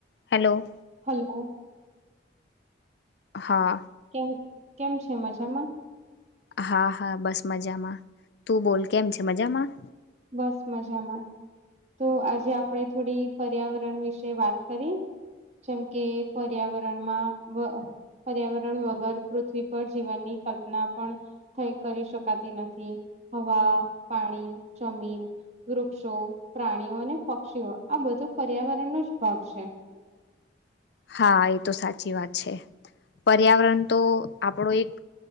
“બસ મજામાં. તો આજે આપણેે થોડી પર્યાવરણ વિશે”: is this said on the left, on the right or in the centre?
Right